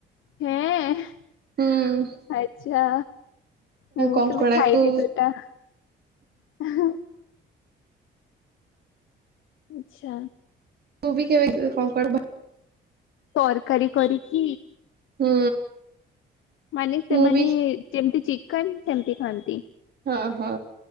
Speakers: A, on the left; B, on the right.
A: ହେଁ।
B: ହୁଁ
A: ଆଚ୍ଛା, ମୁଁ
B: କଙ୍କଡାକୁ
A: କେବେ ଖାଇନି ତୋଟା। <unintelligible> ଆଛା।
B: ତୁ ବି କେ କଣ କର ବା
A: ତରକାରୀ କରିକି
B: ହୁଁ?
A: ମାନେ ସେମାନେ
B: ମୁଁ ବି
A: ଯେମିତି ଚିକେନ ସେମିତି ଖାଆନ୍ତି।
B: ହଁ ହଁ